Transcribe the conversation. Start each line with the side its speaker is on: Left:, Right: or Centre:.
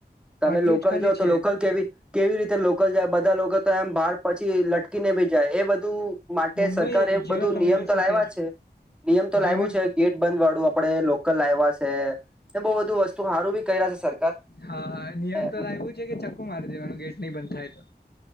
Centre: તમે
Left: આટલું
Centre: લોકલ
Left: જ ખાલી
Centre: જો
Left: છે
Centre: તો લોકલ કેવી કેવી રીતે લોકલ જાય બધા લોકો તો એમ બહાર પછી લટકીને બી જાય એ બધું માટે
Left: મુંબઈ
Centre: સરકારે
Left: જેવા
Centre: બધું
Left: તમે
Centre: નિયમ
Left: જોશો
Centre: તો લાવવા
Left: કે
Centre: છે નિયમ તો
Left: જેમ
Centre: લાવું
Left: જ
Centre: છે ગેટ બંધ વાળું આપડે લોકલ લાવવા છે બહુ બધું વસ્તુ સારું બી કર્યા છે સરકાર
Left: હા નિયમ
Centre: એ
Left: તો લાવ્યું છે કે ચક્કુ મારી દેવાનું ગેટ નહી બંધ થાય તો